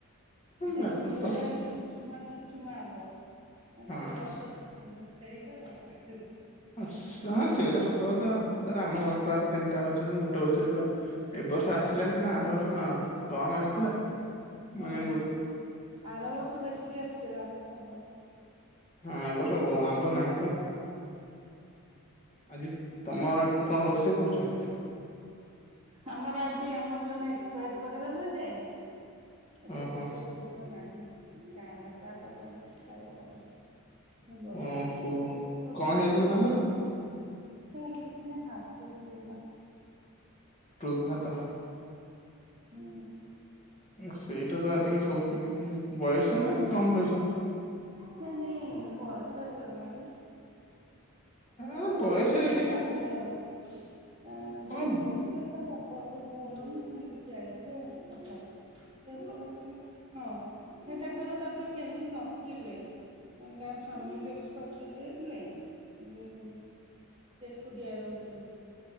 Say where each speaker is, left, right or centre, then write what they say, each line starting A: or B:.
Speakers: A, on the right; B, on the left.
A: ଆଉ ଦେଶୀ
B: ବାଇଗଣ
A: ଗୁଡା
B: ପଲ୍
A: ଚୁଚୁମା ଚୁଚୁମା ଆମ୍ବ
B: ହଁ
A: ଖାଲି ରସ
B: ସ-
A: ଚୁଚୁମା ବେଶୀ ସେଇଟା ଭଲ ଲାଗେ ବେଶୀ।
B: ସେଇଟା
A: ହଁ
B: ସତକଥା ଆମ ଘର ପା ତିନିଟା ଗଛ ଅଛି ଗୋଟେ ଗଛରେ ପୁରା ଏ ବର୍ଷ ଆସିଲା ସିନା ଆର ବର୍ଷ କମ୍ ଆସିଥିଲା।
A: ହୁଁ
B: ମାନେ ଗୋ
A: ଆର ବର୍ଷ ବେଶୀ ଆସିଥିଲା ଆମ୍ବ।
B: ହଁ ଏ ବର୍ଷ ଆମ୍ବ ନାହିଁ ପା। ଆଜି ତମ ଆଡେ କଣ ରୋଷେଇ କରୁଛ?
A: ଆମର ଆଜି ଆମର ଜଣେ ଏକ୍ସପାଏଡ଼ କରିଗଲେ ଯେ ଆଜି
B: ଓହୋ
A: ରୋଷେଇ ପତ୍ର ନାହିଁ କାହାର ବାହାରୁ ଆଣିକି ଖାଇବୁ ଆଉ। ମୁଁ ବସିଥିଲି
B: ଓହୋ
A: ପୁଅକୁ ପଢଉଥିଲି
B: କଣ ହେଇଥିଲା
A: ବସିଛି
B: ତାଙ୍କର
A: ଆଉ। ତାର କିଛି ନାହିଁ ହାଟଚୋକ ହେଇଗଲା।
B: ହୃଦଘାତ।
A: ହୁଁ
B: ସେଇଟା ତ ଆଜିକା ସବୁ ବୟସ ନା କମ ବୟସ?
A: ନାଇଁ ନାଇଁ ବୟସ ହେଇଗଲାଣି।
B: ଆ
A: ଯାଇଥିଲେ
B: ବୟସ
A: ତାଙ୍କ
B: ଯଦି
A: ବାପ ବାପ ଘର ନାଁ
B: ହଁ
A: ବୁଲି ଯାଇଥିଲେ ତା ବାପ ବାପ ଘର <inaudible> ହେମିତି ଯାଇଥିଲେ ହଠାତ ଦେହ ଖରାପ ହେଲା। ହଁ ହେ ତାଙ୍କର ତାପରେ କେହି ବି ନଥିଲେ। କଣ ତାଙ୍କ ସ୍ୱାମୀ ବି ଏକ୍ସପାର୍ଟ କରି ଯାଇଥିଲେ ଯେଉଁ ସେ ଏକୁଟିଆ ରହୁଥିଲେ।